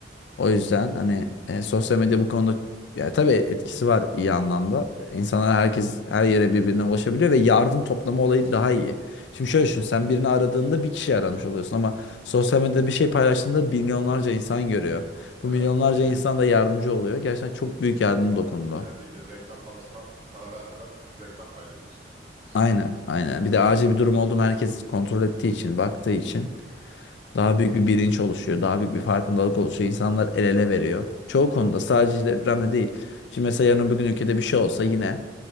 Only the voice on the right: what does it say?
Evet
onu bildin.
Yani bildiğin reklam panosuna para vermeden reklam paylaşıyorsun aslında.
Hı hı.